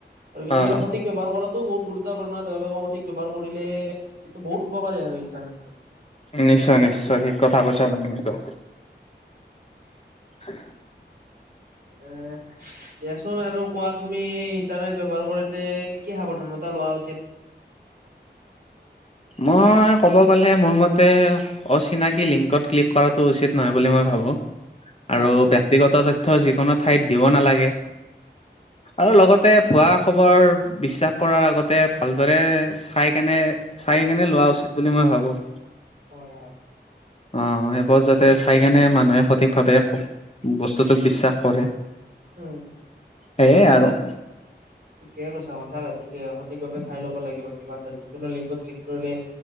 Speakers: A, on the right; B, on the left.
A: কিন্তু
B: অ',
A: ইয়াৰ সঠিক ব্যৱহাৰ কৰাতো বহুত গুৰুত্বপূৰ্ণ তেওঁলোকে সঠিক ব্যৱহাৰ কৰিলে এইটো বহুত উপকাৰী আৰু ইণ্টাৰনেটটো।
B: নিশ্চয়-নিশ্চয়, ঠিক কথা কৈছা তুমি সেইটো। <inaudible>
A: এ দিয়াচোন আৰু কোৱা তুমি ইন্টাৰনেট ব্যৱহাৰ কৰোতে কি- কি সাৱধানতা লোৱা উচিত।
B: মই ক'ব গ'লে মোৰ মতে অচিনাকি লিংকত ক্লিক কৰাটো উচিত নহয় বুলি মই ভাৱোঁ। আৰু
A: অ',
B: বিগত তথ্য যিকোনো ঠাইত দিব নালাগে। আৰু লগতে ভুৱা খবৰ বিশ্বাস কৰাৰ আগতে ভালদৰে চাই কেনে-চাই কেনে লোৱা উচিত বুলি মই ভাবোঁ।
A: হয়-হয়।
B: অ', সেইবোৰ যাতে চাই কেনে মানুহে সঠিকভাৱে বস্তুটোক বিশ্বাস কৰে।
A: উম।
B: সেয়ে আৰু।
A: ঠিকে কৈছা সঁচাকে ঠিকে সঠিকভাৱে চাই ল'ব লাগিব, কিবা এটা যিকোনো লিংকত ক্লিক কৰিলে